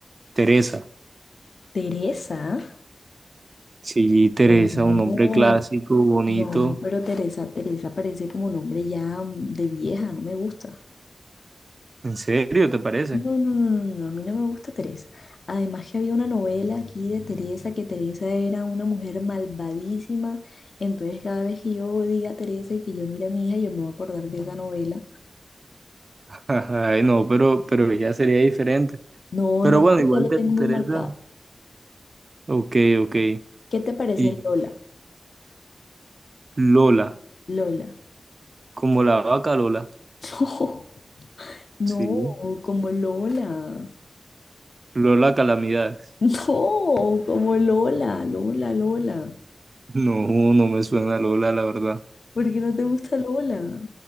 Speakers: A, on the right; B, on the left.
A: Teresa.
B: Teresa.
A: Sí, Teresa,
B: No,
A: un nombre clásico, bonito.
B: no, pero Teresa, Teresa parece como nombre ya de vieja, no me gusta.
A: ¿En serio, te parece?
B: No, no, no, no, no, a mí no me gusta Teresa. Además que había una novela aquí de Teresa, que Teresa era una mujer malvadísima. Entonces cada vez que yo diga Teresa y que yo mire a mi hija, yo me voy a acordar de esa novela.
A: <laughs> Ay, no, pero, pero ya sería diferente.
B: No,
A: Pero
B: no,
A: bueno,
B: pues
A: igual
B: ya lo
A: te
B: tengo
A: interesa.
B: muy marcado.
A: Ok, ok.
B: ¿Qué te parece
A: Y
B: Lola?
A: Lola,
B: Lola.
A: como la vaca Lola.
B: <laughs> No,
A: Sí.
B: como Lola.
A: Lola Calamidades.
B: <laughs> No, como Lola, Lola, Lola.
A: No, no me suena Lola, la verdad.
B: ¿Por qué no te gusta Lola?